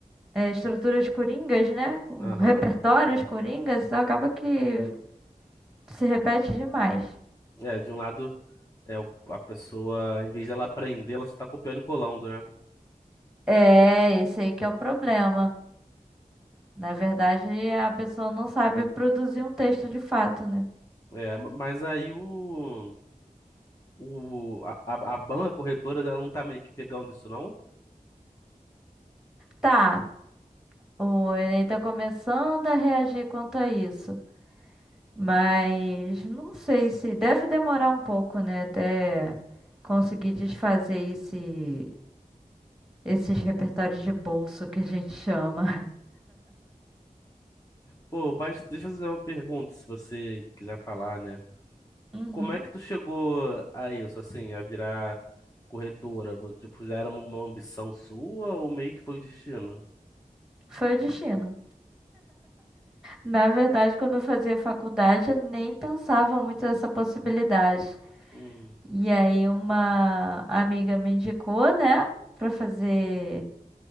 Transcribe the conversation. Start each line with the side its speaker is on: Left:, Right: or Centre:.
Centre: é, estruturas coringas, né? com
Left: Aham.
Centre: Repertórios coringas, então acaba que se repete demais.
Left: É, de um lado, é o- a pessoa, em vez dela aprender, ela só tá copiando e colando, né?
Centre: É, esse aí que é o problema. Na verdade, a pessoa não sabe produzir um texto de fato, né?
Left: É, ma- mas aí o, o a, a a banca corretora, ela não tá meio que pegando isso, não?
Centre: Tá, o Enem tá começando a reagir quanto a isso, mas não sei se deve demorar um pouco, né, até conseguir desfazer esse, esses repertórios de bolso que a gente chama. <laughs>
Left: Pô, mas deixa eu fazer uma pergunta, se você quiser falar, né?
Centre: Uhum.
Left: Como é que tu chegou a isso, assim, a virar corretora? Vo- Tipo, já era uma uma ambição sua ou meio que foi o destino?
Centre: Foi o destino. Na verdade, quando eu fazia faculdade, eu nem pensava muito nessa possibilidade.
Left: Hum,
Centre: E aí uma amiga me indicou, né, Pra fazer